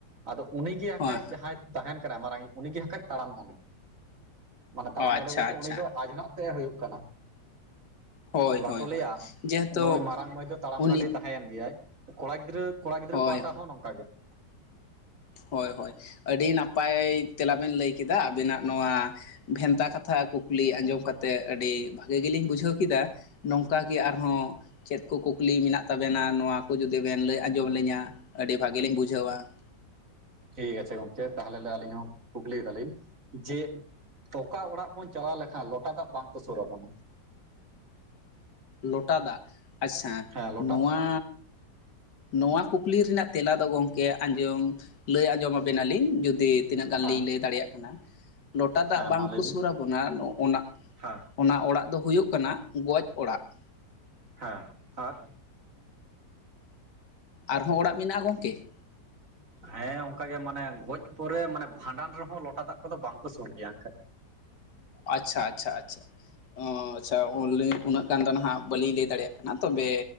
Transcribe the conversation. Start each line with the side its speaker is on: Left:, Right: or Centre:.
Right: ᱟᱫᱚ ᱩᱱᱤᱜᱮ
Left: ᱦᱮᱸ
Right: ᱟᱠᱷᱟᱡ ᱡᱟᱦᱟᱸᱭᱼᱼ ᱛᱟᱦᱮᱱ ᱠᱟᱱᱟᱭ ᱢᱟᱨᱟᱝᱤᱡ ᱩᱱᱤᱜᱮ ᱦᱟᱠᱷᱟᱡ ᱛᱟᱲᱟᱢ ᱜᱟᱸᱰᱮ ᱢᱟᱱᱮ ᱛᱟᱲᱟᱢ
Left: ᱟᱪᱪᱷᱟ
Right: ᱜᱟᱸᱰᱮ ᱵᱚᱞᱛᱮ
Left: ᱟᱪᱪᱷᱟ
Right: ᱩᱱᱤ ᱫᱚ ᱟᱡᱱᱽᱱᱟᱨ ᱾ ᱛᱮ ᱦᱩᱭᱩᱜ ᱠᱟᱱᱟ ᱾
Left: ᱦᱳᱭ
Right: ᱵᱟᱠᱚ
Left: ᱦᱳᱭ
Right: ᱞᱟᱹᱭᱟ
Left: ᱦᱳᱭ ᱡᱮᱦᱮᱛᱩ
Right: ᱱᱩᱭ ᱢᱟᱨᱟᱝ ᱢᱟᱹᱭ ᱫᱚ ᱛᱟᱲᱟᱢ
Left: ᱩᱱᱤ
Right: ᱜᱟᱹᱰᱮ ᱛᱟᱦᱮᱸᱭᱮᱱ ᱜᱮᱭᱟᱭ ᱾ ᱠᱚᱲᱟ ᱜᱤᱫᱽᱨᱟᱹ ᱠᱚᱲᱟ ᱜᱤᱫᱽᱨᱟᱹ
Left: ᱦᱳᱭ
Right: ᱯᱟᱦᱴᱟ ᱦᱚᱸ ᱱᱚᱝᱠᱟ ᱜᱮ ᱾
Left: ᱦᱚᱭ ᱦᱚᱭ ᱟᱹᱰᱤ ᱱᱟᱯᱟᱭ ᱛᱮᱞᱟᱵᱮᱱ ᱞᱟᱹᱭ ᱠᱮᱫᱟ ᱟᱹᱵᱤᱱᱟᱜ ᱱᱚᱣᱟᱼᱼ ᱵᱷᱮᱱᱛᱟ ᱠᱟᱛᱷᱟ ᱠᱩᱠᱞᱤ ᱟᱸᱡᱚᱢ ᱠᱟᱛᱮ ᱟᱹᱰᱤ ᱵᱷᱟᱜᱮ ᱜᱮᱞᱤᱧ ᱵᱩᱡᱷᱟᱹᱣ ᱠᱮᱫᱟ ᱾ ᱱᱚᱝᱠᱟ ᱜᱮ ᱟᱨᱦᱚᱸᱼᱼ ᱪᱮᱫ ᱠᱚ ᱠᱩᱠᱞᱤ ᱢᱮᱱᱟᱜ ᱛᱟᱵᱮᱱᱟ ᱱᱚᱣᱟ ᱠᱚ ᱡᱩᱫᱤ ᱵᱮᱱ ᱞᱟᱹᱭ ᱟᱸᱡᱚᱢ ᱞᱤᱧᱟᱹ ᱟᱹᱰᱤ ᱵᱷᱟᱹᱜᱤ ᱞᱤᱧ ᱵᱩᱡᱷᱟᱹᱣᱟ ᱾
Right: ᱴᱷᱤᱠ ᱟᱪᱷᱮ ᱜᱚᱝᱠᱮ ᱛᱟᱦᱚᱞᱮ ᱟᱹᱞᱤᱧ ᱦᱚᱸ ᱠᱩᱠᱞᱤᱤᱭ ᱫᱟᱞᱤᱧ ᱡᱮᱼᱼ ᱚᱠᱟ ᱚᱲᱟᱜ ᱵᱚᱱ ᱪᱟᱞᱟᱣ ᱞᱮᱠᱷᱟᱱ ᱞᱚᱴᱟ ᱫᱟᱜ ᱵᱟᱝᱠᱚ ᱥᱩᱨ ᱟᱵᱚᱱᱟ ᱾
Left: ᱞᱚᱴᱟ ᱫᱟᱜ ᱟᱪᱪᱷᱟ
Right: ᱦᱮᱸ ᱞᱚᱴᱟ
Left: ᱱᱚᱣᱟᱼᱼ ᱱᱚᱣᱟ ᱠᱩᱠᱞᱤ ᱨᱮᱱᱟᱜ ᱛᱮᱞᱟ ᱫᱚ ᱜᱚᱢᱠᱮ ᱟᱸᱡᱚᱢ ᱞᱟᱹᱭ ᱟᱸᱡᱚᱢ ᱟᱵᱮᱱᱟᱞᱤᱧ ᱡᱩᱫᱤᱼᱼ ᱛᱤᱱᱟᱹᱜ ᱜᱟᱱ
Right: ᱦᱮᱸ
Left: ᱞᱤᱧ ᱞᱟᱹᱭ ᱫᱟᱲᱮᱭᱟᱜᱼᱟ ᱠᱟᱱᱟ, ᱞᱚᱴᱟ ᱫᱟᱜ
Right: ᱦᱮᱸ
Left: ᱵᱟᱝ
Right: ᱢᱟ ᱞᱟᱹᱭ
Left: ᱠᱚ
Right: ᱵᱤᱱ
Left: ᱥᱩᱨ ᱟᱵᱚᱱᱟ ᱱᱚᱜᱼᱚ ᱱᱟᱼᱼ
Right: ᱦᱮᱸ
Left: ᱚᱱᱟ ᱚᱲᱟᱜ ᱫᱚ ᱦᱩᱭᱩᱜ ᱠᱟᱱᱟ ᱜᱚᱡ ᱚᱲᱟᱜ ᱾
Right: ᱦᱮᱸ ᱟᱨᱼᱼ
Left: ᱟᱨᱦᱚᱸ ᱚᱲᱟᱜ ᱢᱮᱱᱟᱜᱼᱟ ᱜᱚᱢᱠᱮ ᱾
Right: ᱦᱮᱸ ᱚᱱᱠᱟ ᱜᱮ ᱢᱟᱱᱮ ᱜᱚᱡ ᱯᱚᱨᱮ ᱢᱟᱱᱮ ᱵᱷᱟᱸᱰᱟᱱ ᱨᱮᱦᱚᱸ ᱞᱚᱴᱟ ᱫᱟᱜ ᱠᱚᱫᱚ ᱵᱟᱝᱠᱚ ᱥᱩᱨ ᱜᱮᱭᱟ ᱮᱱᱠᱷᱟᱱ ᱾
Left: ᱟᱪᱪᱷᱟ ᱟᱪᱪᱷᱟ ᱟᱪᱪᱷᱟ, ᱚ ᱟᱪᱪᱷᱟ ᱚᱱᱞᱤ ᱩᱱᱟᱹᱜ ᱜᱟᱱ ᱫᱚ ᱱᱟᱜ ᱵᱟᱹᱞᱤᱧ ᱞᱟᱹᱭ ᱫᱟᱲᱮᱭᱟᱜᱼᱟ ᱾ ᱛᱚᱵᱮ